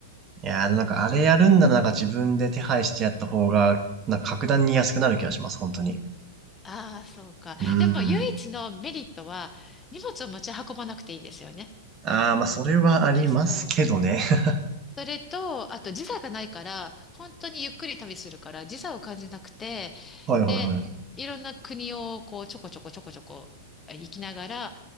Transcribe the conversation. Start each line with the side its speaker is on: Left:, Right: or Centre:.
Right: いやー、なんかあれやるんならなんか自分で手配してやった方が、なんか格段に安くなる気がします、本当に。
Left: ああ、そうか。
Right: うー
Left: でも、唯一のメリットは、
Right: ん。
Left: 荷物を持ち運ばなくていいんですよね。
Right: ああ、まあ、それはありますけどね。
Left: そう。
Right: <laughs>
Left: それと、あと時差がないから、本当にゆっくり旅するから、時差を感じなくて、
Right: はいはいはい。
Left: で、いろんな国をこう、ちょこちょこちょこちょこえ行きながら、